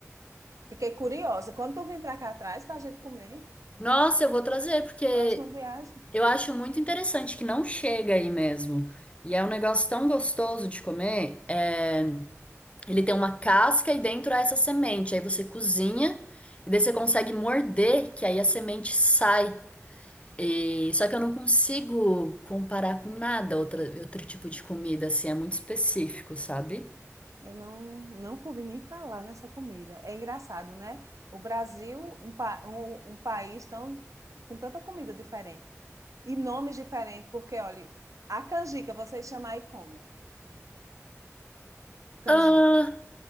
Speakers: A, on the right; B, on the left.
A: Fiquei curiosa. Quando tu vim pra cá atrás pra gente comer,
B: nossa, eu vou trazer porque
A: próxima viagem.
B: eu acho muito interessante que não chega aí mesmo. E é um negócio tão gostoso de comer. É, Ele tem uma casca e dentro há essa semente. Aí você cozinha e daí você consegue morder, que aí a semente sai. E- Só que eu não consigo comparar com nada outra, outro tipo de comida, assim, é muito específico, sabe?
A: Eu não, não ouvi nem falar nessa comida. É engraçado, né? O Brasil, um, pa- um, um país tão, com tanta comida diferente e nomes diferentes, porque, olha, a canjica, vocês chamam aí como? Canjica.
B: Ah,